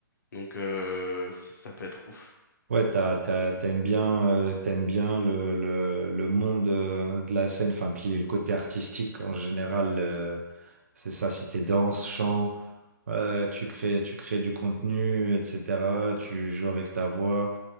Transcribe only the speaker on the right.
Ouais, t'as, t'as- t'aimes bien, euh, t'aimes bien le, le, le monde euh, de la scène, enfin, puis le côté artistique en général, euh, c'est ça, si t'es danse, chant, euh, tu crées, tu crées du contenu, etc., tu joues avec ta voix,